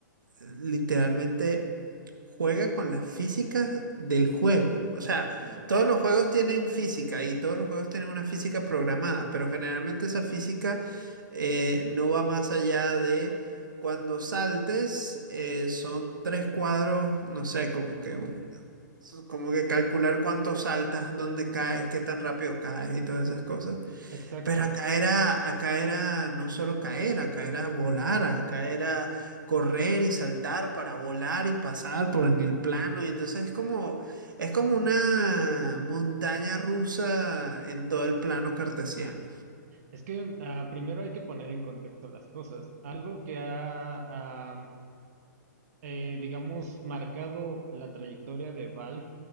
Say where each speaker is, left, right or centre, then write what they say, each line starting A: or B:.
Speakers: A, on the right; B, on the right.
A: literalmente juega con las físicas del juego. O sea,
B: Claro.
A: todos los juegos tienen física y todos los juegos tienen una física programada, pero generalmente esa física eh, no va más allá de cuando saltes, eh, son tres cuadros, no sé, como que un- Como que calcular cuánto saltas, dónde caes, qué tan rápido caes y todas esas cosas.
B: Exacto.
A: Pero acá era, acá era no solo caer, acá era volar, acá era correr y saltar para volar y pasar por en el plano. Y entonces es como, es como una montaña rusa en todo el plano cartesiano.
B: Es que ah, primero hay que poner en contexto las cosas. Algo que ha, ah, eh, digamos, marcado la trayectoria de Valve